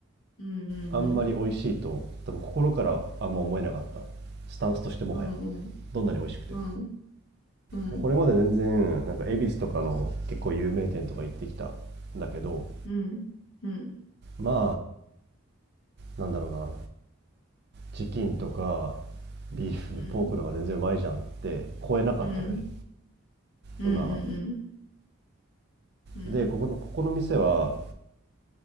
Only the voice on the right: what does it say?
あんまり美味しいと多分心からあんま思えなかったスタンスとしてもはや
どんなに美味しくて
もこれまで全然なんか恵比寿とかの結構有名店とか行ってきたんだけど
まあなんだろうなチキンとかビーフポークの方が全然うまいじゃんって超えなかったのよね
馬が
でここのここの店は